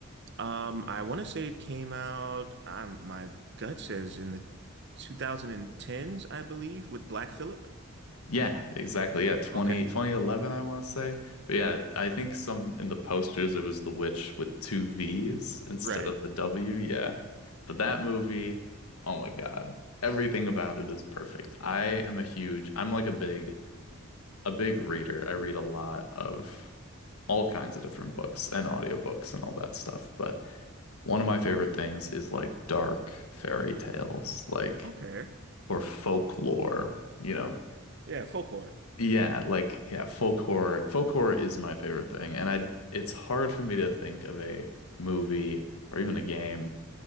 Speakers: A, on the right; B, on the left.
A: Um, I want to say it came out, um, my gut says in the 2010s, I believe, with Black Phillip.
B: Yeah, exactly. Yeah, twenty
A: Okay,
B: twenty eleven, I want to say. But yeah, I think some in the posters it was The Witch with two V's instead
A: right.
B: of the W. Yeah. But that movie, oh my God. Everything about it is perfect. I am a huge, I'm like a big, a big reader. I read a lot of all kinds of different books and audiobooks and all that stuff. But One of my favorite things is like dark fairy tales, like
A: Okay.
B: or folklore, you know.
A: Yeah, folk horror.
B: Yeah, like yeah, folk horror. Folk horror is my favorite thing, and I it's hard for me to think of a movie or even a game